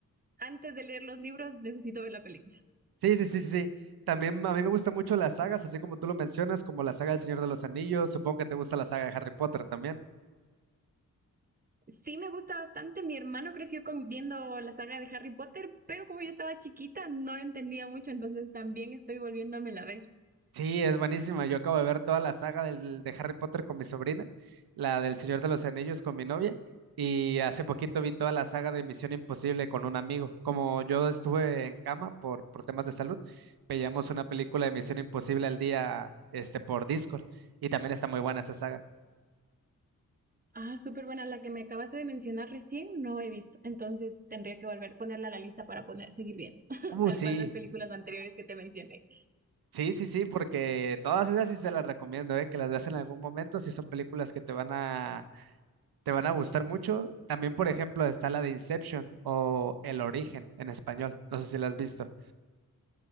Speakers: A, on the right; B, on the right.
A: antes de leer los libros necesito ver la película.
B: Sí, sí, sí, sí, sí. También a mí me gustan mucho las sagas, así como tú lo mencionas, como la saga del Señor de los Anillos. Supongo que te gusta la saga de Harry Potter también.
A: Sí me gusta bastante, mi hermano creció con, viendo la saga de Harry Potter, pero como yo estaba chiquita no entendía mucho, entonces también estoy volviéndomela a ver.
B: Sí, es buenísima. Yo acabo de ver toda la saga del- de Harry Potter con mi sobrina, la del Señor de los Anillos con mi novia, y hace poquito vi toda la saga de Misión Imposible con un amigo. Como yo estuve en cama por, por temas de salud, veíamos una película de Misión Imposible al día, este, por Discord, y también está muy buena esa saga.
A: Ah, súper buena, la que me acabaste de mencionar recién no he visto, entonces tendría que volver a ponerla a la lista para poner, seguir viendo,
B: Uh,
A: <laughs> tal
B: sí.
A: cual las películas anteriores que te mencioné.
B: Sí, sí, sí, porque todas esas sí te las recomiendo, eh, que las veas en algún momento, si son películas que te van a, te van a gustar mucho. También, por ejemplo, está la de Inception o El Origen en español, no sé si la has visto.